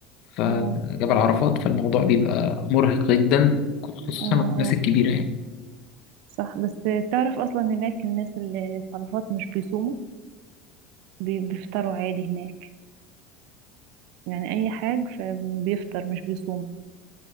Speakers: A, on the left (about 60°); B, on the right (about 70°).
A: فجبل
B: اه
A: عرفات فالموضوع بيبقى مرهق جدا خصوصا
B: اه اه
A: الناس الكبيرة يعني
B: صح بس تعرف اصلا هناك الناس اللي في عرفات مش بيصوموا بي- بيفطروا عادي هناك يعني اي حاجة فبيفطر مش بيصوم